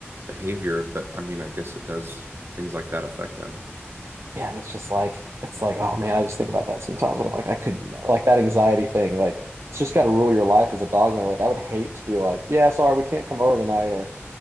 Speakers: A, on the right; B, on the right.
A: behavior. But I mean, I guess it does things like that affect them.
B: And it's just like it's like, oh man, I just think about that sometimes and I'm like, I could never like that anxiety thing, like it's just got to rule your life as a dog owner. Like I would hate to be like, yeah, sorry, we can't come over tonight or